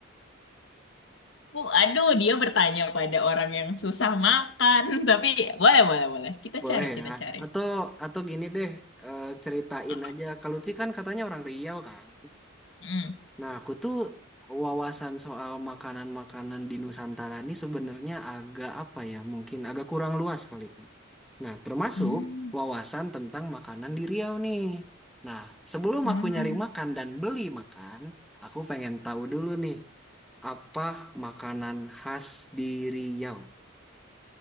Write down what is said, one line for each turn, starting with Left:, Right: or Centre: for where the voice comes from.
Left: Oh, aduh, dia bertanya pada orang yang susah makan. <laughs> Tapi boleh, boleh, boleh. Kita
Centre: Boleh
Left: cari, kita
Centre: ya?
Left: cari.
Centre: Atau atau gini deh, eh, ceritain
Left: Apa?
Centre: aja. Kak Lutfi kan katanya orang Riau kan?
Left: Hmm.
Centre: Nah, aku tuh wawasan soal makanan-makanan di Nusantara ini sebenarnya agak apa ya, mungkin agak kurang luas kali, Kak. Nah, termasuk
Left: Hmm.
Centre: wawasan tentang makanan di Riau nih. Nah, sebelum
Left: Nah.
Centre: aku nyari makan dan beli makan, aku pengen tahu dulu nih, apa makanan khas di Riau?